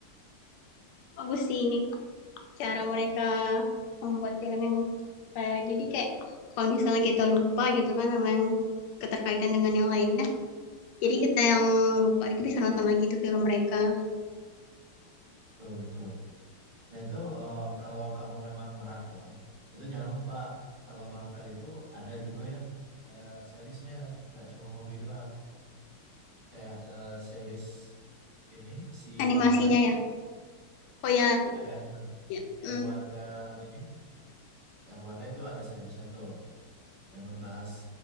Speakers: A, on the left; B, on the right.
A: Bagus sih ini. cara mereka membuat filmnya, kayak jadi kayak kalau misalnya kita lupa gitu kan sama yang keterkaitan dengan yang lainnya jadi kita yang lupa itu bisa nonton lagi tuh film mereka
B: Betul, betul. Nah itu eh, kalau kamu memang maraton, itu jangan lupa kalau Marvel itu ada juga yang eh, seriesnya, nggak cuma movie doang. kayak eh, series ini si
A: animasinya
B: Wanda
A: ya oh ya
B: ada anime
A: ya mm,
B: yang Wanda ini yang Wanda itu ada seriesnya tuh yang ngebahas